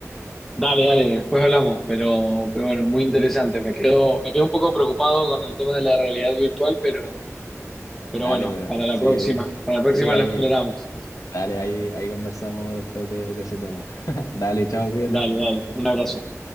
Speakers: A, in the centre; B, on the left.
A: Dale, dale, después hablamos, pero, pero bueno, muy interesante. Me quedo, me quedo un poco preocupado con el tema de la realidad virtual, pero, pero
B: Dale,
A: bueno,
B: pero
A: para la
B: sí,
A: próxima, para la próxima
B: sí, ahí,
A: lo exploramos.
B: Dale, ahí, ahí conversamos después de, de ese tema. <laughs> Dale, chao, cuídate.
A: Dale, dale, un abrazo.